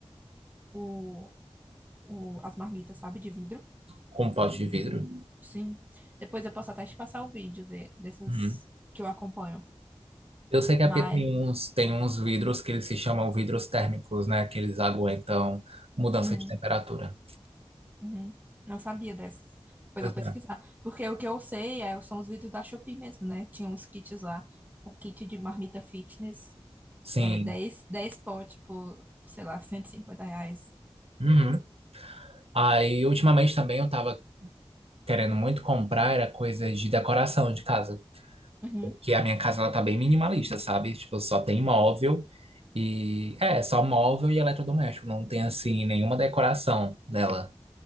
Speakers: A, on the right; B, on the right.
A: o, o, as marmitas, sabe, de vidro.
B: com um pote de vidro.
A: Sim. Depois eu posso até te passar o vídeo de- dessas
B: Uhum.
A: que eu acompanho.
B: Eu sei que é
A: Mas,
B: porque tem uns, tem uns vidros que eles se chamam vidros térmicos, né? Que eles aguentam mudança
A: hum.
B: de temperatura.
A: Uhum. Não sabia dessa. Depois
B: Pois
A: eu vou pesquisar.
B: é.
A: Porque o que eu sei é, são os vídeos da Shopee mesmo, né? Tinha uns kits lá. O kit de marmita fitness.
B: Sim.
A: É dez dez potes por, sei lá, 150 reais.
B: Uhum. Aí, ultimamente também eu tava querendo muito comprar, era coisa de decoração de casa.
A: Uhum.
B: que a minha casa ela tá bem minimalista, sabe? Tipo, só tem móvel e é, só móvel e eletrodoméstico, não tem assim nenhuma decoração dela.